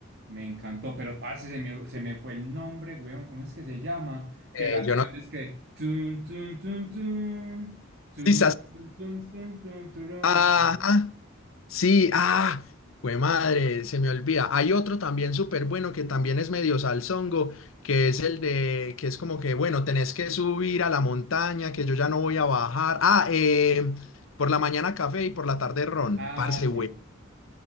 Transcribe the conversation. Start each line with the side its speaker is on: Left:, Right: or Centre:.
Right: me encantó, pero parce, se me, se me fue el nombre, weón, ¿cómo es que se llama?
Left: Eh,
Right: Que la canción
Left: yo no.
Right: es que... tun, tun, tun, tun, tun,
Left: Sí,
Right: tun, tun, tun, tun, tururu.
Left: Ajá, sí, ah, güey madre, se me olvida. Hay otro también súper bueno que también es medio salsongo, que es el de, que es como que, bueno, tenés que subir a la montaña, que yo ya no voy a bajar. Ah, eh, por la mañana café y por la tarde ron,
Right: Ah,
Left: parce,
Right: sí,
Left: güey.